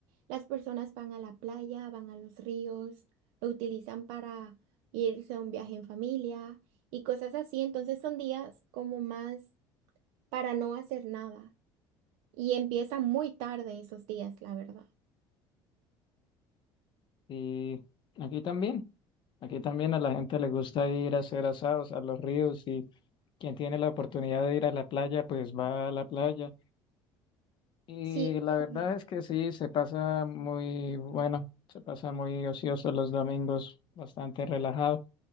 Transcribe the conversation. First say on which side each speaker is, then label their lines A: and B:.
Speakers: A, on the right; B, on the left.
A: las personas van a la playa, van a los ríos, lo utilizan para irse a un viaje en familia y cosas así, entonces son días como más para no hacer nada y empiezan muy tarde esos días, la verdad.
B: Y aquí también, aquí también a la gente le gusta ir a hacer asados a los ríos y quien tiene la oportunidad de ir a la playa, pues va a la playa. Y
A: Sí,
B: la
A: correcto
B: verdad es que sí, se pasa muy bueno, se pasa muy ocioso los domingos, bastante relajado.